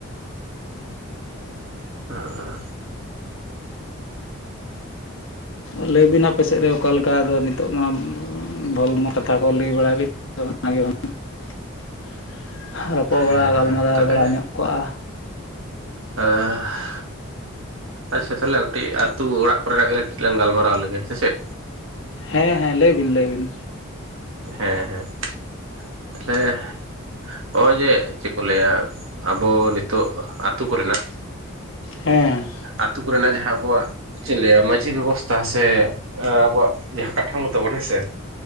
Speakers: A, on the right; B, on the left.
A: ᱦᱮᱸ
B: ᱞᱟᱹᱭ ᱵᱤᱱ ᱟᱯᱮ ᱥᱮᱫ ᱨᱮ ᱚᱠᱟ ᱞᱮᱠᱟ ᱟᱫᱚ ᱱᱤᱛᱚᱜ ᱢᱟ ᱵᱚᱞ <unintelligible> ᱠᱟᱛᱷᱟ ᱠᱚ ᱞᱟᱹᱭ ᱵᱟᱲᱟᱭ ᱵᱤᱱ ᱚᱱᱟ ᱜᱮ ᱦᱩᱱᱟᱝ <unintelligible> ᱨᱚᱯᱚᱲ
A: ᱦᱮᱸ
B: ᱵᱟᱲᱟ ᱜᱟᱞᱢᱟᱨᱟᱣ
A: ᱦᱮᱸ ᱛᱟᱦᱚᱞᱮ
B: ᱵᱟᱲᱟ ᱧᱚᱜ ᱠᱚᱜᱼᱟ
A: <unintelligible> ᱟᱪᱪᱷᱟ ᱛᱟᱦᱚᱞᱮ ᱠᱟᱹᱴᱤᱡ ᱟᱹᱛᱩ ᱚᱲᱟᱜ ᱠᱚ ᱨᱮᱱᱟᱜ ᱠᱟᱹᱴᱤᱡ ᱞᱟᱝ ᱜᱟᱞᱢᱟᱨᱟᱣ ᱞᱮᱜᱮ ᱥᱮ ᱪᱮᱫ
B: ᱦᱮᱸ ᱦᱮᱸ ᱞᱟᱹᱭ ᱵᱤᱱ ᱞᱟᱹᱭ ᱵᱤᱱ
A: ᱦᱮᱸ ᱦᱮᱸ ᱛᱟᱦᱚᱞᱮ ᱱᱚᱜᱼᱚᱭ ᱡᱮ ᱪᱮᱫ ᱠᱚ ᱞᱟᱹᱭᱟ ᱟᱵᱚ ᱱᱤᱛᱚᱜ ᱟᱛᱳ ᱠᱚᱨᱮᱱᱟᱜ
B: ᱦᱮᱸ
A: ᱟᱹᱛᱩ ᱠᱚᱨᱮᱱᱟᱜ ᱡᱟᱦᱟᱸ ᱟᱵᱚᱣᱟᱜ ᱪᱮᱫ ᱞᱟᱹᱭᱟ ᱢᱟᱹᱡᱷᱤ ᱵᱮᱵᱚᱥᱛᱷᱟ ᱥᱮ ᱟᱵᱚᱣᱟᱜ ᱡᱟᱦᱟᱸ ᱠᱟᱴᱷᱟᱢᱳ ᱛᱟᱵᱚᱱ ᱦᱮᱸᱥᱮ